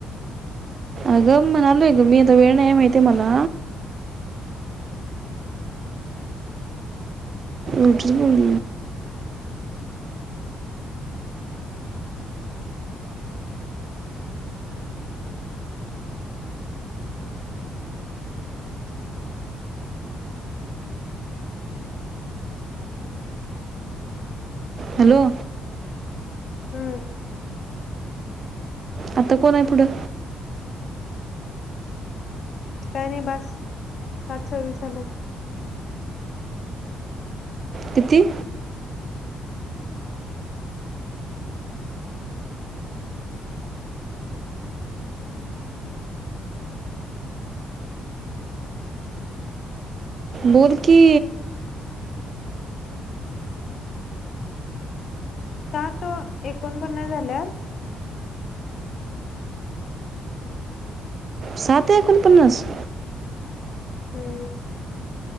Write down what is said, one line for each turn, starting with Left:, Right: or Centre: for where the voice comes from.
Right: अग म्हणालोय ग मी आता वेळ नाही माहितीे आहे मला. उठच बोल हॅलो.
Left: हम्म.
Right: आता कोण आहे पुढं?
Left: काय नाही बास सात सव्वीस झालत.
Right: किती? बोल की.
Left: सात एकोणपन्नास झाल्यात.
Right: सात एकोणपन्नास.
Left: हम्म...